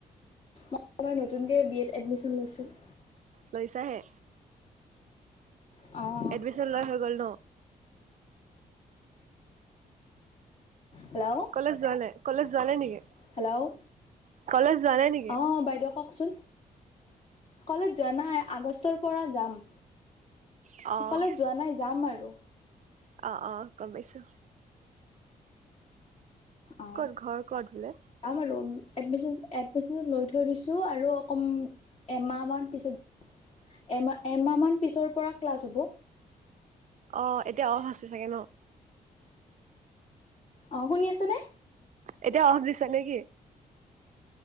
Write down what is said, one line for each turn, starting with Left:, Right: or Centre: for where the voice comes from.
Left: মই এইবাৰ নতুনকে বি এত এডমিচন লৈছোঁ।
Right: লৈছা হে।
Left: অ'
Right: এডমিচন লোৱা হৈ গ'ল ন।
Left: হেল্ল'
Right: কলেজ যোৱা নাই, কলেজ যোৱা নাই নেকি
Left: হেল্ল'
Right: কলেজ যোৱা নাই নেকি?
Left: অ বাইদেউ কওঁকচোন কলেজ যোৱা নাই আগষ্টৰ পৰা যাম।
Right: অ',
Left: কলেজ যোৱা নাই যাম আৰু।
Right: অ অ গম পাইছো।
Left: অঁ।
Right: ক'ত ঘৰ ক'ত বোলে?
Left: যাম আৰু এডমিশন, এডমিশন লৈ থৈ দিছোঁ আৰু অকম এমাহ মান পিছত এমাহ, এমাহ মান পিছৰ পৰা ক্লাছ হ'ব।
Right: অ, এতিয়া অফ আছে চাগে ন'?
Left: অ, শুনি আছেনে?
Right: এতিয়া অফ দিছে নে কি?